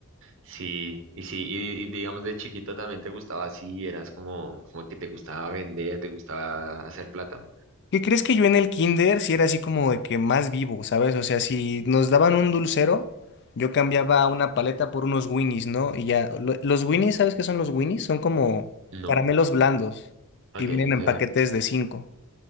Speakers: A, on the right (about 60°); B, on the left (about 55°).
A: Sí, y sí, y, y digamos de chiquito también te gustaba así, eras como, como que te gustaba vender, te gustaba hacer plata.
B: ¿Qué crees que yo en el kinder sí era así como de que más vivo, ¿sabes? O sea, si nos daban un dulcero, yo cambiaba una paleta por unos Winnies, ¿no? Y ya, lo- los Winnies, ¿sabes qué son los Winnies? Son como
A: No,
B: caramelos blandos
A: ok,
B: y vienen
A: ok.
B: en paquetes de cinco.